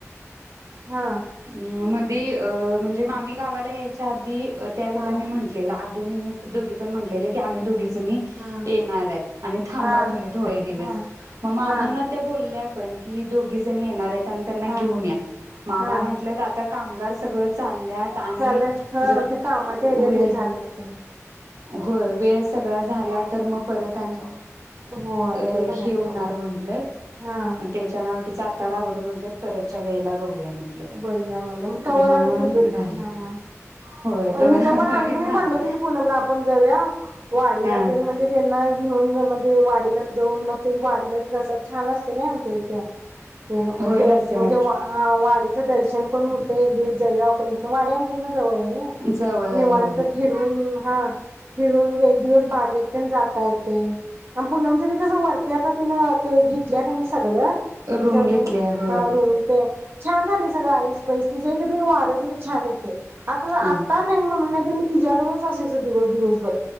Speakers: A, on the right; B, on the right.
A: हां
B: अम् मधीअ म्हणजे माम्मी गावाला यायच्या आधी त्यावेेळेला
A: हा
B: मी म्हटलेला आत दोही मी दोघी पण म्हंटलेल्या आम्ही दोघी जणी
A: हा
B: येणार हाय आणि थांबा
A: हा
B: तुम्ही थोडे दिवस
A: हा
B: मग मामांना
A: हा
B: त्या बोल्या पण की दोघीजणी येणारेत. पण त्यांना
A: हा
B: घेऊन या मा
A: हा
B: मा म्हटलं आ कामगार सगळ चाल्यात आणि
A: चालेल हा
B: जर
A: ते कामाच्या
B: वेळ
A: ह्याच्यात हे झालं असेल.
B: होय. वेळ सगळा
A: हा
B: झाला तर म परत आणि
A: होय
B: अ
A: ते पण
B: हे
A: आहे सोड
B: होणार म्हटलत
A: हा
B: मग त्याच्या नावटीचा आता राहूदे म्हट परतच्या वेळेला बघूया म्हटलंत
A: ब म्हणलं मग तवर
B: म्हणून
A: आता तुझ पण
B: राहिलय
A: हा
B: होय तो
A: हित
B: आहे
A: पण आली मी
B: माझं
A: म्हणल होत की पुणमला आपण जाऊया वाडीला
B: हा
A: ते म्हणजे त्यांना घेऊनण ते वाडीला जाऊन मस्त वाडीला प्रसाद छान अस चला आमच्या इथ तेनं
B: होय
A: दे
B: नरसिंहवाट
A: अ म्हणजे हा वा वाडीत दर्शन पण होते एक दिवस जाऊया आपण इथ वाडी आमच्या इथन जवळ आहे ना
B: जवळ
A: निवांत
B: आहे होय
A: फिरून हा फिरून एक दिवस बागेत पण जाता येते. आणि पूनमच कसं वरत्या आता तिन ते घेतल्या का ना सगळं
B: रूम
A: <unintelligible>
B: घेतली होय
A: हा रूम ते छान झाले. सगं आईस पैस तिज्याइथं बिन वारे बिर छान येतय. आता
B: हा
A: आत्ता नाही म्हणून तर मी तिज्याजवळच असायच दिवस दिवसभर